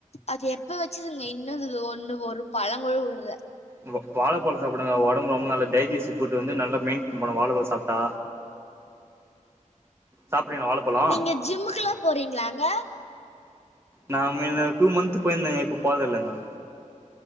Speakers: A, on the left; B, on the right.
A: அது எப்ப வச்சதுங்க இன்னு அதுது ஒண்ணு ஒரு பழங்கூட வுழுலா
B: நிங்க வாழைப்பழ சாப்டுங்க ஒடம்பு ரொம்ப நல் டெய்ஜிசி ஃபுட்டு வந்து நல்லா மெயின்ட் பண்னு வாழ பழ சாப்ட்டா சாப்ட்றீங்களா வாழைப்பழம்
A: நீங்க ஜிம்முக்குல்லா போறீங்களாங்க
B: நா மெ னு டூ மந்த்து போயிருந்தேங்க இப்ப போரது இல்லங்க